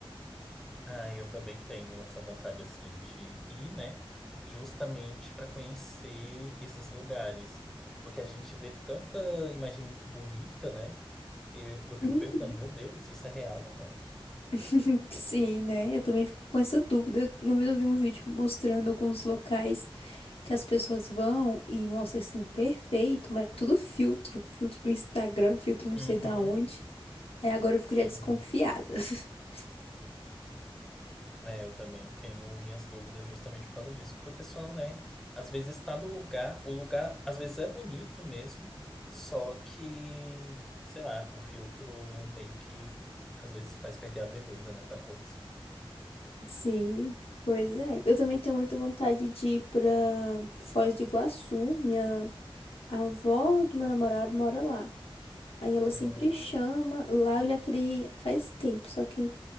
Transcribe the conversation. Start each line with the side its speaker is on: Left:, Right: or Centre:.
Centre: Ah, eu também tenho essa vontade assim de ir, né? Justamente para conhecer esses lugares. Porque a gente vê tanta imagem bonita, né? Eu, eu fico
Left: Uhum.
Centre: perguntando, meu Deus, isso é real ou não?
Left: <laughs> Sim, né? Eu também fico com essa dúvida. Uma vez eu vi um vídeo mostrando alguns locais que as pessoas vão e mostra assim, perfeito, mas é tudo filtro, filtro do Instagram, filtro não
Centre: Uhum,
Left: sei da onde. É, agora eu
Centre: sim.
Left: fico já desconfiada. <laughs>
Centre: É, eu também tenho minhas dúvidas justamente por causa disso. Porque o pessoal, né, às vezes está no lugar, o lugar às vezes é bonito mesmo, só que, sei lá, o filtro meio que às vezes faz perder a beleza, né, da coisa.
Left: Sim, pois é. Eu também tenho muita vontade de ir pra Foz do Iguaçu. Minha avó do meu namorado mora lá. Aí ela sempre
Centre: Hum,
Left: chama. Lá eu já queria ir faz tempo, só que